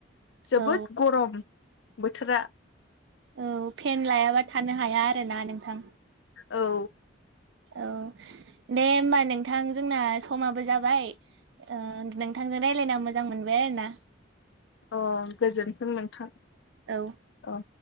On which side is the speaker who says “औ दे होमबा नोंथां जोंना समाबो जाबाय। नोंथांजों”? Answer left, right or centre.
Right